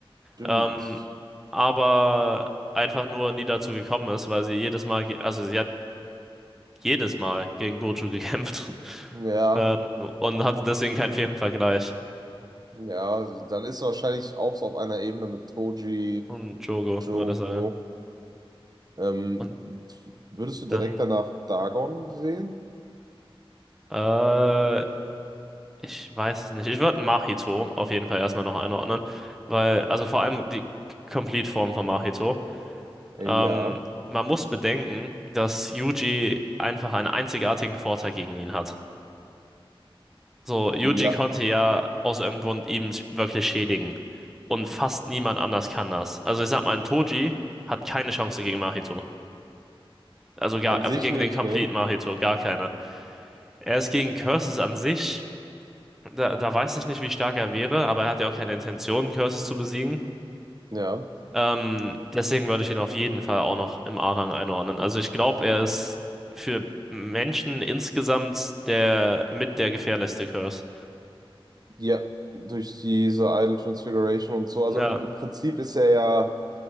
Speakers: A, on the right; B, in the centre.
A: Stimmt.
B: Ähm, aber einfach nur nie dazu gekommen ist, weil sie jedes Mal, ge- also sie hat jedes Mal gegen Gojo gekämpft
A: Ja,
B: <laughs> ähm, und hatte deswegen keinen fairen Vergleich.
A: ja, dann ist wahrscheinlich auch so auf einer Ebene mit Toji,
B: Und Jogo,
A: Jogo.
B: würde ich sagen.
A: Ähm,
B: Und
A: würdest du
B: dann,
A: direkt danach Dagon sehen?
B: äh, ich weiß es nicht. Ich würde Mahito auf jeden Fall erstmal noch einordnen, weil, also vor allem die Complete-Form von Mahito.
A: Äh,
B: Ähm,
A: Ja,
B: man muss bedenken, dass Yuji einfach einen einzigartigen Vorteil gegen ihn hat. So, Yuji
A: ja,
B: konnte ja aus irgendeinem Grund ihm wirklich schädigen. Und fast niemand anders kann das. Also ich sag mal, ein Toji hat keine Chance gegen Mahito. Also gar,
A: an sich
B: äh, gegen
A: nicht,
B: den Complete
A: ne?
B: Mahito, gar keine. Er ist gegen Curses an sich, da, da weiß ich nicht, wie stark er wäre, aber er hat ja auch keine Intention, Curses zu besiegen.
A: Ja,
B: Ähm, deswegen würde ich ihn auf jeden Fall auch noch im A-Rang einordnen. Also ich glaube, er ist für Menschen insgesamt der mit der gefährlichste Curse.
A: ja, durch diese Idol Transfiguration und so. Also
B: Ja,
A: im Prinzip ist er ja,